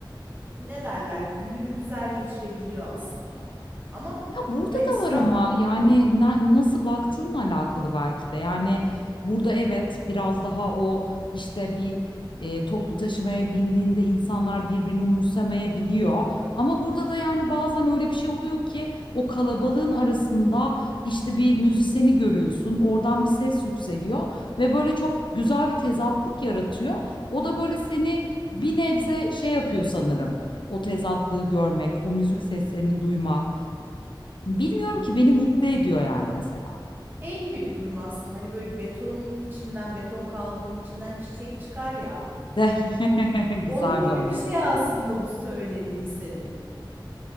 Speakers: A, on the right; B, on the left.
A: ne derler gününü güzel geçirebiliyor aslında. Ama
B: Ya burada
A: ben İstanbul
B: da var ama yani na- nasıl baktığınla alakalı belki de. Yani burada evet biraz daha o işte bir e, toplu taşımaya bindiğinde insanlar birbirini umursamayabiliyor. Ama burada da yani bazen öyle bir şey oluyor ki o kalabalığın arasında işte bir müzisyeni görüyorsun. Oradan bir ses yükseliyor ve böyle çok güzel bir tezatlık yaratıyor. O da böyle seni bir nebze şey yapıyor sanırım. O tezatlığı görmek, o müzik seslerini duymak. Bilmiyorum ki beni mutlu ediyor yani mesela.
A: şey gibi bir durum aslında. Hani böyle betonun içinden, beton kaldırımın içinden çiçek çıkar ya.
B: <laughs> Güzel
A: Onun gibi
B: bir örnek
A: bir şey
B: vardı.
A: aslında bu söylediğin senin.